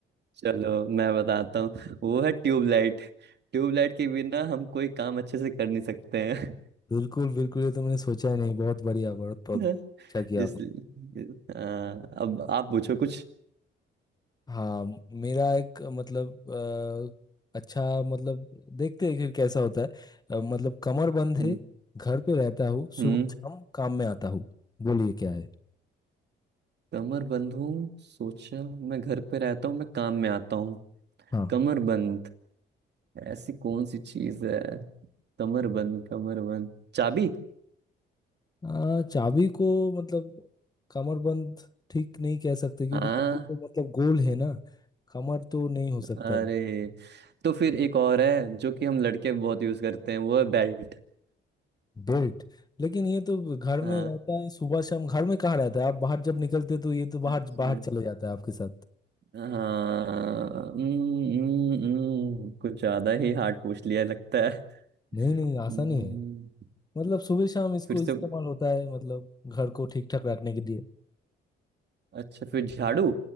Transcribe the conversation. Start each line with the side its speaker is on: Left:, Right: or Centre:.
Right: चलो मैं बताता हूँ वो है ट्यूबलाइट ट्यूबलाइट के बिना हम कोई काम अच्छे से कर नहीं सकते हैं
Left: बिल्कुल बिल्कुल ये तो मैंने सोचा ही नहीं बहुत बढ़िया बहुत बहुत
Right: <laughs>
Left: अच्छा किया आपने।
Right: इसलिए हाँ अब आप पूछो कुछ
Left: हाँ मेरा एक मतलब अ, अच्छा मतलब देखते हैं फिर कैसा होता है अ, मतलब कमर बंद है
Right: हम्म
Left: घर पे रहता हूँ सुबह
Right: हम्म,
Left: शाम काम में आता हूँ बोलिए क्या है
Right: कमर बंद हूँ सोचा मैं घर पे रहता हूँ मैं काम में आता हूँ
Left: हाँ
Right: कमर बंद ऐसी कौन सी चीज है कमर बंद कमर बंद चाबी
Left: अ, चाबी को मतलब कमर बंद ठीक नहीं कह सकते क्योंकि
Right: हाँ
Left: चाबी तो मतलब गोल है ना कमर तो नहीं हो सकता
Right: अरे
Left: है
Right: तो फिर एक और है जो कि हम लड़के बहुत यूज करते हैं वो है बेल्ट
Left: बेल्ट लेकिन ये तो घर
Right: हाँ
Left: में रहता है सुबह शाम घर में कहाँ रहता है आप बाहर जब निकलते तो ये तो
Right: अच्छा
Left: बाहर बाहर चले जाता है आपके साथ
Right: हाँ हम्म, हम्म, हम्म, कुछ ज्यादा ही हार्ड पूछ लिया लगता है
Left: नहीं नहीं आसानी
Right: हम्म,
Left: है मतलब सुबह शाम इसको
Right: फिर से
Left: इस्तेमाल होता है मतलब घर को ठीक ठाक रखने के लिए
Right: अच्छा फिर झाड़ू